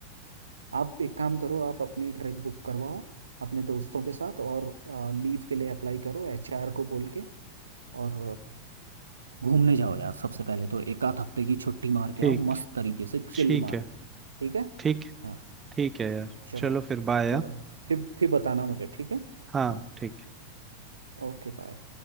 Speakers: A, on the right; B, on the right.
A: आप एक काम करो आप अपनी ट्रिप बुक करवाओ अपने दोस्तों के साथ और लीव के लिए अप्लाई करो एचआर को बोल के और घूमने जाओ यार सबसे पहले तो एक आध हफ्ते की छुट्टी मार के
B: ठीक
A: आओ मस्त तरीके से चिल
B: ठीक
A: मार
B: है
A: के ठीक है
B: ठीक
A: हाँ
B: ठीक है यार
A: चलो
B: चलो फिर बाय
A: चलो फिर फिर बताना मुझे ठीक है
B: हाँ
A: हाँ
B: ठीक
A: Okay bye